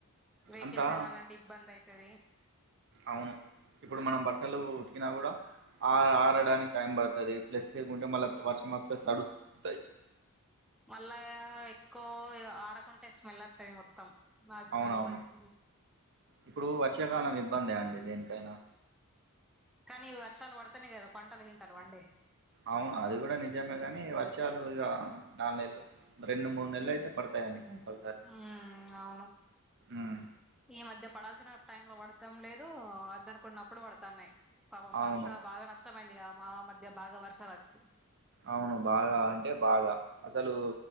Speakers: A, in the centre; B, on the right.
A: వెహికల్స్
B: అంతా
A: వెళ్లాలంటే ఇబ్బంది అయితది
B: అవును ఇప్పుడు మనం బట్టలు ఉతికినా కూడా ఆ ఆరడానికి టైం పడుతది పడుతది ప్లస్ వర్షం వస్తే తడుస్తాయి
A: మళ్ళా ఎక్కువ ఆరకుంటే స్మెల్ అత్తయి మొత్తం ఆ స్మెల్
B: అవునవును
A: మంచి
B: ఇప్పుడు వర్షాకాలం ఇబ్బందే అండి దేనికైనా
A: కానీ వర్షాలు పడితేనే కదా పంటలు గింటిలు పండేది
B: అవును అది కూడా నిజమే గాని వర్షాలు ఇక నాలుగు నెలలు రెండు మూడు నెలలు అయితే పడతాయండి కంపల్సరీ
A: ఉ అవును
B: ఉమ్
A: ఈ మధ్య పడాల్సిన టైం లో పడతాం లేదు వద్దనుకున్నప్పుడు పడతాన్నాయి పాపం
B: అవును
A: పంట అంతా బాగా నష్టమయి దిగ మా మధ్య భాగ వర్షలు వచ్చి
B: అవును బాగా అంటే బాగా అసలు